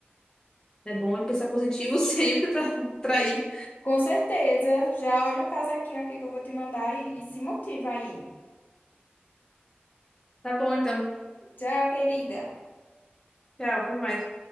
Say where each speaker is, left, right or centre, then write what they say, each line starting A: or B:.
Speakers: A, on the left (about 15°); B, on the left (about 50°).
A: É bom pensar positivo <laughs> sempre para atrair.
B: Com certeza. Já olha o casaquinho aqui que eu vou te mandar e, e se motiva aí.
A: Tá bom, então.
B: Tchau, querida.
A: Tchau, até mais.